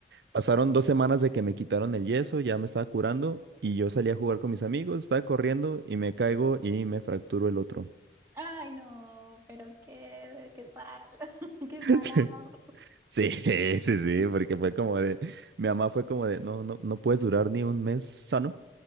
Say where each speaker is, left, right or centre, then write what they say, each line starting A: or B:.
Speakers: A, on the right; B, on the right.
A: pasaron dos semanas de que me quitaron el yeso, ya me estaba curando y yo salí a jugar con mis amigos, estaba corriendo y me caigo y me fracturo el otro.
B: Ay, no, pero qué, qué sal, <laughs> qué
A: <laughs>
B: salado.
A: Sí, sí, sí,
B: <laughs>
A: sí, porque fue como de, mi mamá fue como de, no, no, no puedes durar ni un mes sano.